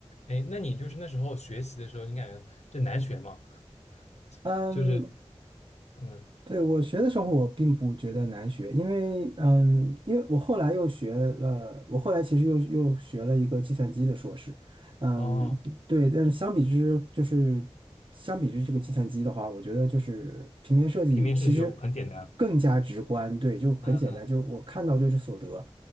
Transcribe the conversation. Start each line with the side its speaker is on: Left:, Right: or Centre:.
Left: 哎，那你就是那时候学习的时候，你感觉这难学吗？<laughs>
Right: 嗯，
Left: 就是嗯，
Right: 对，我学的时候，我并不觉得难学，因为，嗯，因为我后来又学了，我后来其实又又学了一个计算机的硕士，嗯，
Left: 哦，
Right: 对，但是相比之，就是相比之这个计算机的话，我觉得就是平面设计其实
Left: 平面设计就很简单。
Right: 更加直观，对，就很简单，
Left: 嗯嗯
Right: 就我看到就是所得，